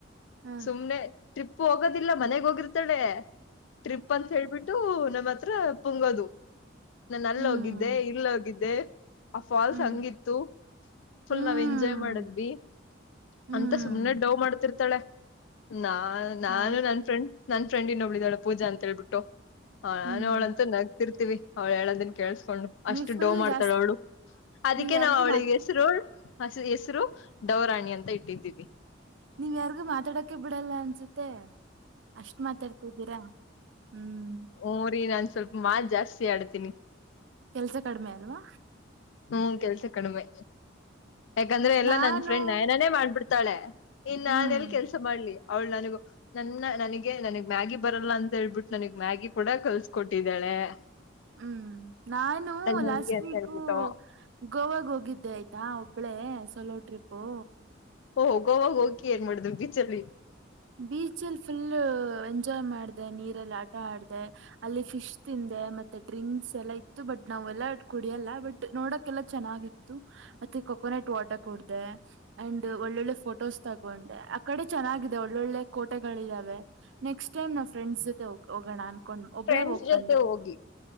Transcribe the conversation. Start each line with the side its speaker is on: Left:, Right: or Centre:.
Right: ಹ್ಮ್
Left: ಸುಮ್ನೆ ಟ್ರಿಪ್ ಹೋಗೋದಿಲ್ಲ ಮನೆಗ್ ಹೋಗಿರ್ತಾಳೆ ಟ್ರಿಪ್ ಅಂತ ಹೇಳ್ಬಿಟ್ಟು ನಮ್ಮ ಹತ್ರ ಪುಂಗೋದು ನಾನು ಅಲ್ಲ
Right: ಹ್ಮ್
Left: ಹೋಗಿದ್ದೆ ಇಲ್ಲೋಗಿದ್ದೆ ಆ ಫಾಲ್ಸ್
Right: ಹ್ಮ್
Left: ಹಂಗಿತ್ತು ಫುಲ್
Right: ಹ್ಮ್
Left: ನಾವ್ ಎಂಜಾಯ್ ಮಾಡದ್ವಿ
Right: ಹ್ಮ್
Left: ಅಂತ ಸುಮ್ನೆ ಡವ್ ಮಾಡ್ತಿರ್ ಾಳೆ ನಾ ನಾನು
Right: ಹೌದು
Left: ನನ್ ಫ್ರೆಂಡ್ ನನ್ ಫ್ರೆಂಡ್ ಇನ್ನೊಬ್ಬಳಿದಾಳೆ ಪೂಜಾ ಅಂತ ಹೇಳ್ಬಿಟ್ಟು ಹಾ
Right: ಹ್ಮ್
Left: ನಾನ ಅವ್ಳ ಅಂತ ನಗ್ತಿರ್ತಿವಿ ಅವ್ಳ ಹೇಳದನ್ ಕೇಳಸ ಡು ಅಷ್ಟು
Right: ನೀವ್ ಫುಲ್
Left: ಡೋವ್ ಮಾಡ್ತಾಳ
Right: ಜಾಸ್ತಿ
Left: ಅವಳು ಅದಕ್ಕೆ
Right: ನೀವ್ ಯಾರಿಗೂ
Left: ನಾವ್ ಅವ್ಳಿಗೆ
Right: ಮಾತ್
Left: ಹೆಸರು ಅವಳು ಹಸ ಹೆಸರು ಡವರಾಣಿ ಅಂತ ಇಟ್ಟಿದ್ದೀವಿ
Right: ನೀವ್ ಯಾರಿಗೂ ಮಾತಾಡಕ ಬಿಡಲ್ಲ ಅನ್ಸುತ್ತೆ ಅಷ್ಟ ಮಾತಾಡ್ತಿದ್ದೀರಾ ಹ್ಮ್
Left: ಊರಿ ನಾ ಸ್ವಲ್ಪ ಮಾ ಜಾಸ್ತಿ ಆಡ್ತೀನಿ
Right: ಕೆಲ್ಸ ಕಡಿಮೆ ಅಲ್ವಾ
Left: ಹ್ಮ್ ಕೆಲ್ಸ ಕಡಿಮೆ ಯಾಕಂದ್ರೆ ಎಲ್ಲಾ
Right: ನಾನು
Left: ನನ್ ಫ್ರೆಂಡ್ ನಯನಾನೇ ಮಾಡ್ಬಿಡ್ತಾಳೆ ಇನ್ ನಾನ
Right: ಹ್ಮ್
Left: ಎಲ್ ಕೆಲ್ಸ ಮಾಡ್ಲಿ ಅವಳು ನನಗು ನನ್ನ ನನಗೆ ನನಗ್ ಮ್ಯಾಗಿ ಬರಲ್ಲ ಅಂತ ಹೇಳ್ಬಿಟ್ಟು ನನಗ್ ಮ್ಯಾಗಿ ಕೂಡ ಕಲ್ಸ ಕೊಟ್ಟಿದ್ದಾಳೆ ಹೆ
Right: ಹ್ಮ್ ನಾನು
Left: ಹೆಂಗೆ
Right: ಲಾಸ್ಟ್
Left: ಅಂತ
Right: ವೀಕ್
Left: ಹೇಳ್ಬಿಟ್ಟು
Right: ಗೋವಾಗ ಹೋಗಿದ್ದೆ ಆಯ್ತಾ ಒಬ್ಬಳೇ ಸೊಲೋ ಟ್ರಿಪ್ಪು
Left: ಓೋಗೋವಾಗ ಹೋಗಕಿ ಏನ್ ಮಾಡಿದ್ರು ಬೀಚಲ್ಲಿ
Right: ಬೀಚ್ಲ್ಲಿ ಫುಲ್ ಎಂಜಾಯ್ ಮಾಡಿದೆ ನೀರಲ್ಲಿ ಆಟ ಆಡಿದೆ ಅಲ್ಲಿ ಫಿಶ್ ತಿಂದ ಮತ್ತೆ ಡ್ರಿಂಕ್ಸ್ ಎಲ್ಲಾ ಇತ್ತು ಬಟ್ ನಾವ್ ಎಲ್ಲ ಕುಡಿಯಲ್ಲ ಬಟ್ ನೋಡಕೆಲ್ಲ ಚೆನ್ನಾಗಿತ್ತು ಮ ಕೊಕೋನಟ್ ವಾಟರ್ ಕೊಡ್ದ ಅಂಡ್ ಒಳ್ಳೊಳ್ಳೆ ಫೋಟೋಸ್ ತಗೊಂಡೆ ಆ ಕಡೆ ಚೆನ್ನ ಒಳ್ಳೊಳ್ಳೆ ಕೋಟೆಗಳ ಇದಾವೆ ನೆಕ್ಸ್ಟ್ ಟೈಮ್ ನಾ ಫ್ರೆಂಡ್ಸ್ ಜೊತೆ ಹೋಗೋಣ ಅನ್ಕೊಂಡ್ ಒಬ್ಳೇ
Left: ಫ್ರೆಂಡ್ಸ್
Right: ಹೋಗ್
Left: ಜೊತೆ
Right: ಬಂದೆ
Left: ಹೋಗಿ